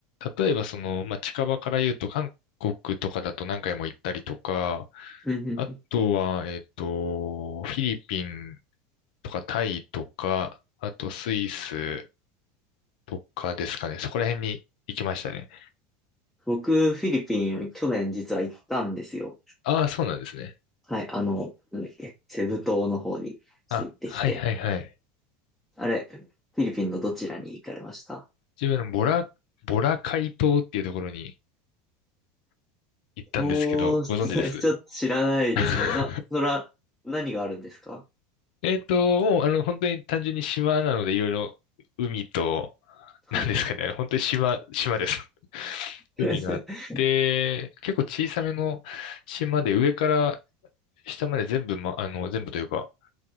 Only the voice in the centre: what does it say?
うんうんうん。
僕、フィリピン、去年実は行ったんですよ。
はい、あの、なんだっけ、セブ島の方にちょっと行ってきて。
あれ、フィリピンのどちらに行かれました
おー、
<laughs> ちょっと知らないですね。
な、そら、何があるんですか
はいはい。
<laughs>